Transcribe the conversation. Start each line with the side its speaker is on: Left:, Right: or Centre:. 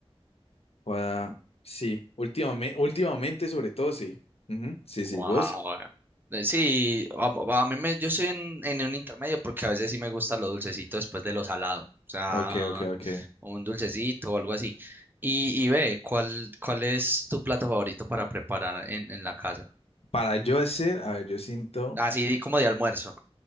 Left: Joda, sí, últimamente, últimamente sobre todo, sí. Ujú, Sí, sí,
Right: Wow.
Left: vos.
Right: Eh, Sí, a, a mí me, yo estoy en, en un intermedio porque a veces sí me gusta lo dulcecito después de lo salado, o sea,
Left: Ok, ok, ok.
Right: un dulcecito o algo así. Y, y ve, ¿cuál, cuál es tu plato favorito para preparar en, en la casa?
Left: Para yo hacer, a ver, yo siento,
Right: Así di como de almuerzo,